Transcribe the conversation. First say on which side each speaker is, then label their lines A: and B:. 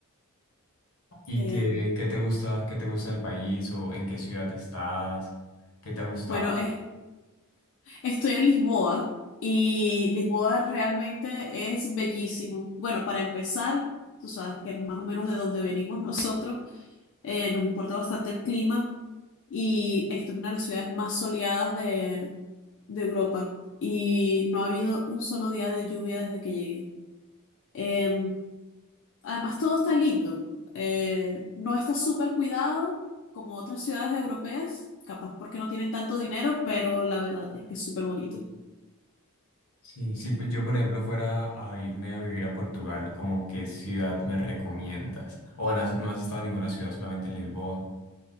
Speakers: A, on the left; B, on the left.
A: ¿Y
B: Eh,
A: qué, qué te gusta, qué te gusta del país o en qué ciudad estás? ¿Qué te ha gustado?
B: bueno, es- estoy en Lisboa y Lisboa realmente es bellísimo. Bueno, para empezar... Tú sabes que más o menos de donde venimos <laughs> nosotros, eh, nos importa bastante el clima y esta es una de las ciudades más soleadas de, de Europa y no ha habido un solo día de lluvia desde que llegué. Eh, además, todo está lindo, Eh, no está súper cuidado como otras ciudades europeas, capaz porque no tienen tanto dinero, pero la verdad es que es súper bonito.
A: Sí, sí, pues yo por ejemplo fuera a irme a vivir a Portugal, ¿como qué ciudad me recomiendas? O no has, no has estado en ninguna ciudad, solamente en Lisboa.